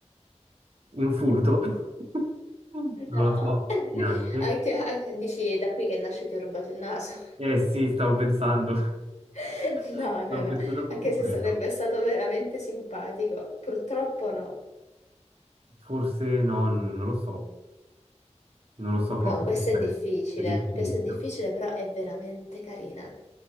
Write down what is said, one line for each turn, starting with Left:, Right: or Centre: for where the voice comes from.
Right: Un furto? <laughs> Non lo
Left: No?
Right: so
Left: <laughs>
Right: neanche.
Left: Ah, ti- ah, Dici, è da qui che nasce ti ho rubato il naso.
Right: Eh sì, stavo pensando.
Left: <laughs>
Right: <laughs>
Left: No,
Right: Stavo
Left: no, no,
Right: pensando proprio
Left: anche
Right: a
Left: se
Right: quello.
Left: sarebbe stato veramente simpatico, purtroppo no.
Right: Forse no, non lo so. Non lo so proprio.
Left: No, questa
Right: Aspetta,
Left: è difficile,
Right: È difficilissimo.
Left: questa è difficile, però è veramente carina.